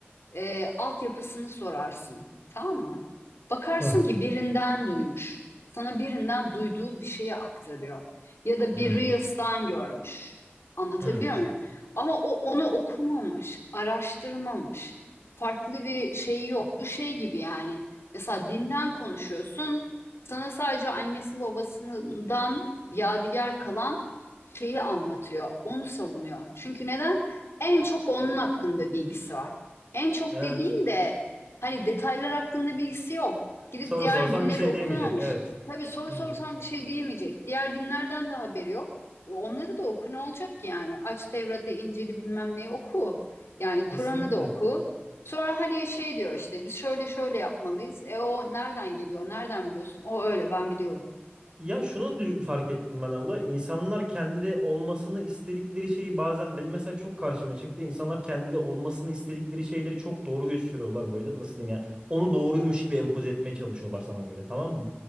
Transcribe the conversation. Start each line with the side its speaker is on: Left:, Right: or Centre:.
Left: e, altyapısını sorarsın. Tamam mı? Bakarsın
Right: Hı hı.
Left: ki birinden duymuş. Sana birinden duyduğu bir şeyi aktarıyor. Ya da
Right: Hı
Left: bir
Right: hı.
Left: Reels'tan görmüş. Anlatabiliyor
Right: Hı.
Left: muyum? Ama o onu okumamış, araştırmamış. Farklı bir şey yok. Bu şey gibi yani. Mesela dinden konuşuyorsun. Sana sadece annesi babasından yadigar kalan şeyi anlatıyor. Onu savunuyor. Çünkü neden? En çok onun hakkında bilgisi var. En çok
Right: Evet.
Left: dediğin de hani detaylar hakkında bilgisi yok. Gidip
Right: Soru
Left: diğer
Right: sorsam
Left: dinleri
Right: bir şey
Left: okumamış.
Right: diyemeyecek. Evet.
Left: Tabii soru
Right: Hı
Left: sorsan
Right: hı.
Left: bir şey diyemeyecek. Diğer dinlerden de haberi yok. E onları da oku ne olacak ki yani? Aç Tevrat'ı, İncil'i bilmem neyi oku. Yani
Right: Kesinlikle.
Left: Kur'an'ı da oku. Sonra hani şey diyor işte biz şöyle şöyle yapmalıyız. E o nereden geliyor? Nereden biliyorsun? O öyle ben biliyorum.
Right: Ya şunu dü- fark ettim ben abla. İnsanlar kendi olmasını istedikleri şeyi bazen benim mesela çok karşıma çıktı. İnsanlar kendi olmasını istedikleri şeyleri çok doğru gösteriyorlar böyle. Nasıl diyeyim yani? Onu doğruymuş gibi empoze etmeye çalışıyorlar sana böyle tamam mı?